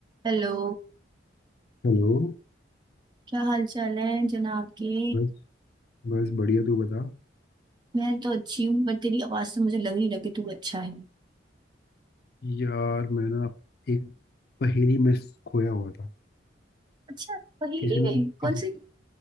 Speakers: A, on the right; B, on the left.
A: Hello
B: Hello
A: क्या हाल चाल है जनाब के
B: बस बस बढ़िया तू बता
A: मैं तो अच्छी हूँ पर तेरी आवाज से मुझे लग नहीं रहा कि तू अच्छा है
B: यार मैं ना एक पहेली में खोया हुआ था
A: अच्छा पहेली
B: किसी ने
A: में कौन
B: किस,
A: सी